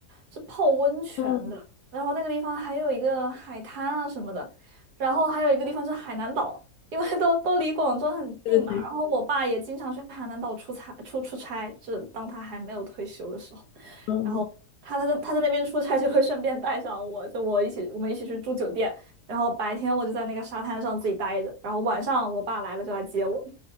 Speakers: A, on the right (about 80°); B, on the left (about 75°).
A: 是泡温泉的，
B: 嗯，
A: 然后那个地方还有一个海滩啊什么的，然后还有一个地方是海南岛，因为都都离广州很近嘛，
B: 对对对，
A: 然后我爸也经常去海南岛出差出出差，就是当他还没有退休的时候。
B: 嗯，
A: 然后他他在他在那边出差就会顺便带上我，就我一起我们一起去住酒店，然后白天我就在那个沙滩上自己待着，然后晚上我爸来了就来接我。